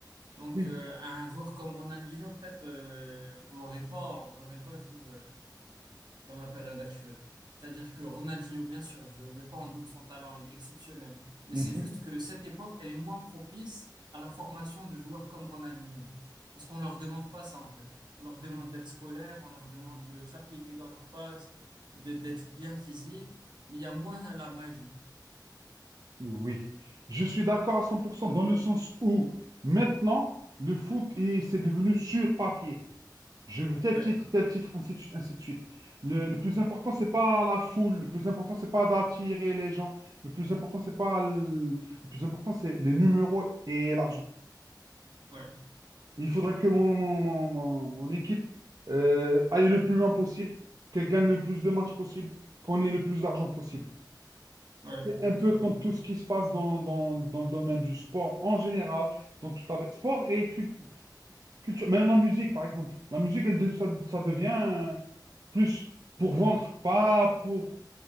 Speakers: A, on the right; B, on the right.
A: Donc,
B: oui.
A: euh, un joueur comme Ronaldinho, peut-être, euh, on l'aurait pas, on l'aurait pas vu. euh, dans la période actuelle. C'est-à-dire que Ronaldinho, bien sûr, je ne mets pas en doute son talent, il est exceptionnel. Mais
B: Mhm.
A: c'est juste que cette époque, elle est moins propice à la formation de joueurs comme Ronaldinho. Parce qu'on ne leur demande pas ça, en fait. On leur demande d'être scolaire, on leur demande de s'appliquer dans leurs passes, de- d'être bien physique, mais il y a moins la magie.
B: Oui. Je suis d'accord à 100% dans le sens où maintenant, le foot, il- c'est devenu sur papier. Je veux tel
A: Ouais,
B: titre, tel titre, ainsi de suite, ainsi de suite. Le, le plus important, c'est pas la foule. Le plus important, c'est pas d'attirer les gens. Le plus important, c'est pas le... le plus important, c'est les numéros et l'argent.
A: ouais,
B: Il faudrait que mon, mon, mon, mon- mon équipe euh, aille le plus loin possible, qu'elle gagne le plus de matchs possible, qu'on ait le plus d'argent possible.
A: ouais,
B: C'est un peu
A: c'est vrai.
B: comme tout ce qui se passe dans, dans, dans le domaine du sport en général, dans toute la vie. Sport et cul- culture, même la musique, par exemple. La musique, elle, de- ça, ça devient. plus pour vendre, pas pour